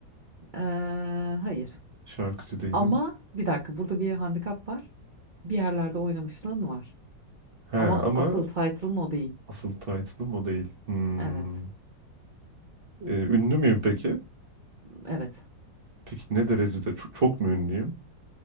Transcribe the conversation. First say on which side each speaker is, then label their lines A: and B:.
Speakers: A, on the right; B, on the right.
A: E, hayır.
B: Şarkıcı değilim.
A: Ama bir dakika burada bir handikap var. Bir yerlerde oynamışlığın var.
B: He ama
A: Ama asıl title'ın o değil.
B: asıl title'ım o değil. Hmm.
A: Evet.
B: E, ünlü müyüm peki?
A: Evet.
B: Peki ne derecede? Çok, çok mu ünlüyüm?